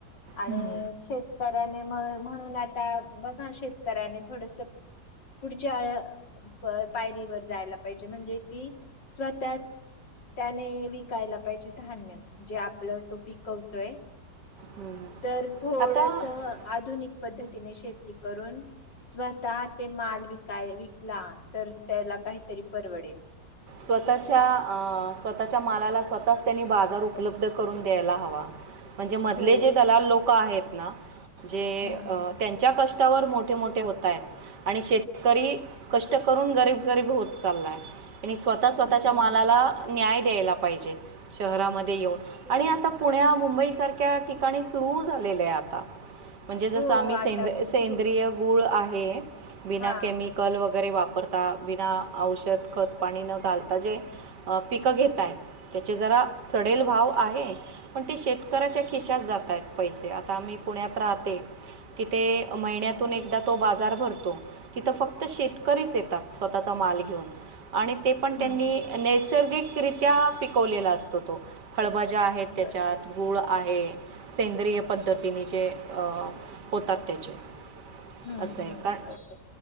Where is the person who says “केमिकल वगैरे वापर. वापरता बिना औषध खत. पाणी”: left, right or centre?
Right